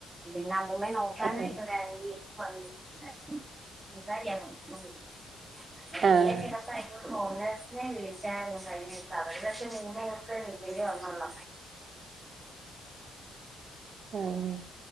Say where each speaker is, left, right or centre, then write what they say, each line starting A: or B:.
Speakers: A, on the right; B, on the right.
A: പിന്നെ അമ്മമ്മേ നോക്കാനായിട്ട്രാണി
B: ആഹ്
A: <unintelligible>
B: ആഹ്
A: ഓണേഴ്സിനെ വിളിച്ചായിരുന്നു കഴിഞ്ഞ അവിടെക്കെ നിങ്ങെയൊക്കെ വന്നല് വന്നോള്ള
B: ആഹ